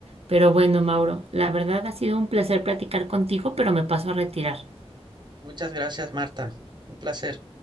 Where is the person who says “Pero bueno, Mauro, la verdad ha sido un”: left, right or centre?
Right